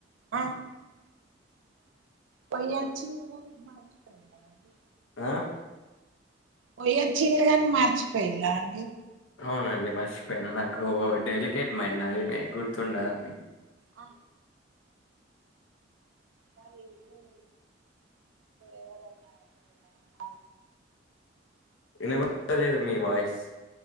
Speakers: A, on the right (about 80°); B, on the left (about 85°).
A: ఆ పోయొచ్చి మర్చిపోయిండ్రా అండి
B: ఆ
A: పోయియొచ్చిన్రు కానీ మర్చిపోయిందండి
B: అవునండి మర్చిపోయిన నాకు డెలికేట్ మైండ్నది అది గుర్తుండదండి
A: ఆ మరి ఇవి ఎవరెవన్నా ఆ
B: వినబతలేదు మీ వాయిస్